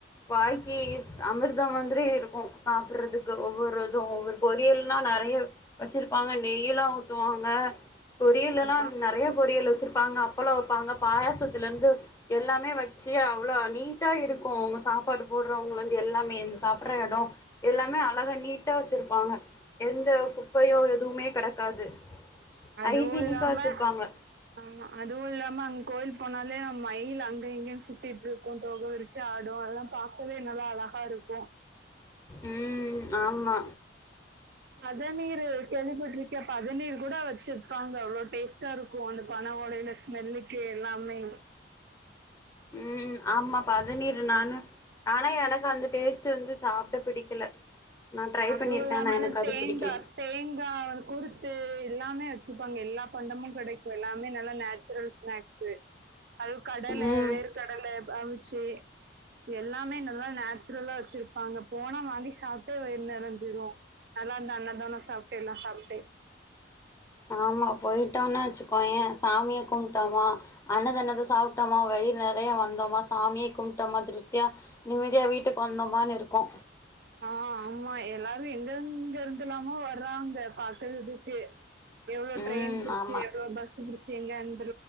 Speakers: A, on the left; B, on the right.
A: வாழ்க்கியி அமிர்தம் மந்திரி இருக்கு சாப்பிட்றதுக்கு ஒவ்வொ ரு இது ஒவ்வொரு பொரியல்லா நறைய வெச்சிருப்பாங்க நெய்யிலா ஊத்துவாங்க பொரியல் எல்லா
B: ஆமா
A: நறைய பொரியல் வெச்சிருப்பாங்க அப்பளோ வெப்பாங்க பாயாசத்துலந்து எல்லாமே வெச்சி அவ்ளோ நீட்டா இருக்கு அவுங்க சாப்பாடு போட்றவங்கலந்து எல்லாமே இந்த சா ப்ற எடோ எல்லாமே அழகா நீட்டா வெச்சிருப்பாங்க எந்த குப்பையோ எதுவுமே கெடக்காது
B: அதுவு
A: ஹைஜீனிக்கா
B: இல்லாம
A: வச்சிருப்பாங்க
B: ஆமா அதுவு இல்லாம அங் கோயில் போனாலே மயில் அங்க இங்கன் சுத்திட்ருக்கு தோக விரிச்சு ஆடு அதெல்லாம் பாக்கவே நல்லா அழகா இருக்கு
A: ம் ஆம்மா
B: பதநீரு கேள்விப்பட்ருக்கியா பதநீர் கூட வெச்சிருப்பாங்க அவ்ளோ டேஸ் டாருக்கு அந்த பன ஓலையில ஸ்மெல்லுக்கு எல்லாமே
A: ம் ஆம்மா பதநீரு நானு ஆனா எனக்கு அந்த டேஸ்ட்டு வந்து சாப்ட பிடிக்கல நா ட்ரை
B: அதுவு
A: பண்ணிருக்கே
B: இல்லாம
A: ஆனா
B: அந்த
A: எனக்கு அது
B: தேங்கா
A: பிடிக்கல
B: தேங்கா குருத்து எல்லாமே வெ ச்சிப்பாங்க எல்லா பண்டமு கெடைக்கு எல்லாமே நல்லா நேச்சுரல் ஸ்நாக்ஸு அது கடல
A: ம்
B: வேர் கடல ப அவி ச்சே எல்லாமே நல்லா நேச்சுரலா வெச்சிருப்பாங்க போனா வாங்கி சாப்ட்டு வ நெறஞ்சிரு அதா அந்த அன்னதானோ சாப்ட்டே எல்லா சாப்ட்டே
A: ஆமா போயி ட்டோன்னா வெச்சுக்கோயே சாமிய கும்ட்டோமா அன்னதானத சாப்ட்டமா வயிறு நெறைய வந்தமா சா சாமிய கும்ட்டமா திருத்தியா நிம்மிதியா வீட்டுக் வந்தமான் இருக்கு
B: ஆ ஆமா எல்லாரு எங்கருந்துருந்துல்லாமோ வர்றாங்க பாக்கறதுக்கு எவ்ளோ ட்ரெயின்
A: ம்
B: புடிச்சி
A: ஆமா
B: எவ்ளோ பஸ்ஸு புடிச்சி எங்கன்